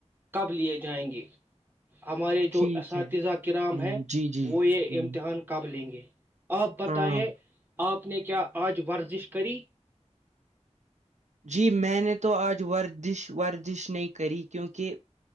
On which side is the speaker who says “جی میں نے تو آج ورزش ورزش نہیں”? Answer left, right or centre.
Right